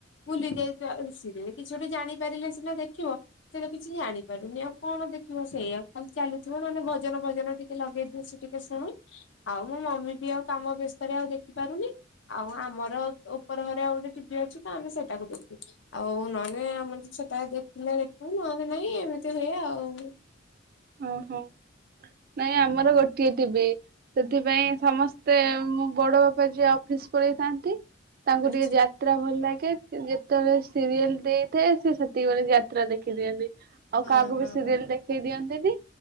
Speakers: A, on the left (about 70°); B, on the right (about 50°).
A: ଭୁଲି ଯାଏ ସିରିଏଲ୍ କିଛି ଗୋଟେ ଜାଣିପାରିଲେ ସିନା ଦେଖିବ। ସେଏତ କିଛି ଜାଣିପାରୁନି ଆଉ କଣ ଦେଖିବ ସେଇଆକୁ ଖାଲି ଚାଲୁଥିବ ନହେଲେ ଭଜନ ଫଜନ ଟିକେ ଲଗେଇଦେଲେ ସେ ଟିକେ ଶୁଣେ ଆଉ ମମି ବି ଆଉ କାମ ବ୍ୟସ୍ତରେ ଆଉ ଦେଖି ପାରୁନି ଆଉ ଆମର ଉପର ଘରେ ଆଉ ଗୋଟେ ଟିଭି ଅଛି ତ ଆମେ ସେଟାକୁ ଦେଖୁଚୁ। ଆଉ ନହେଲେ ଆମରେ ସେଟା ଦେଖିଲେ ଦେଖୁ ନହେଲେ ନାହିଁ ଏମିତି ହୁଏ ଆଉ।
B: ଓହୋ। ନାହିଁ ଆମର ଗୋଟିଏ ଟିଭି। ସେଥିପାଇଁ ସମସ୍ତେ ମୋ ବଡ ବାପା ଯିଏ ଅଫିସ୍ ପାଳଇଥାନ୍ତି ତାଙ୍କୁ
A: ଆଚ୍ଛା
B: ଟିକେ ଯା ଯାତ୍ରା ଭଲ ଲାଗେ ଯେତେବେଳେ ସିରିଏଲ ଦେଇଥାଏ ସେ ସେତିକି ବଳେ ଯାତ୍ରା ଦେଖିଦିଅନ୍ତି। ଆଉ
A: ହଁ
B: କାହାକୁ
A: ହଁ
B: ବି ସିରିଏଲ
A: ହଁ।
B: ଦେଖେଇ ଦିଅନ୍ତିନି।